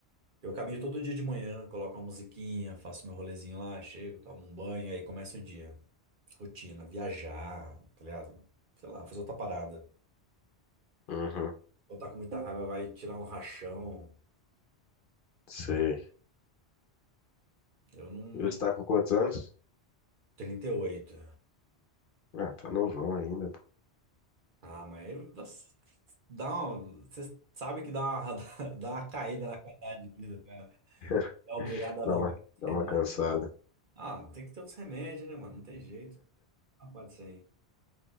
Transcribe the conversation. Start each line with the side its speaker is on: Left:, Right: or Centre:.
Right: Eu caminho todo dia de manhã, coloco uma musiquinha, faço meu rolezinho lá, chego, tomo um banho, aí começa o dia. Rotina, viajar, tá ligado? Sei lá, fazer outra parada.
Left: Uhum,
Right: Ou tá com muita raiva, vai tirar um rachão.
Left: sei.
Right: Eu não.
Left: Ele está com quantos anos?
Right: trinta e oito
Left: Ah, tá novão ainda, pô.
Right: Ah, mas aí, nossa, dá uma. Você sabe que dá uma, <laughs> dá uma caída na qualidade de vida, cara.
Left: <laughs>
Right: É obrigado a
Left: Dá
Right: viver
Left: uma,
Right: com esse
Left: dá
Right: remédio.
Left: uma cansada.
Right: Ah, tem que ter uns remédios, né, mano? Não tem jeito. Não pode ser.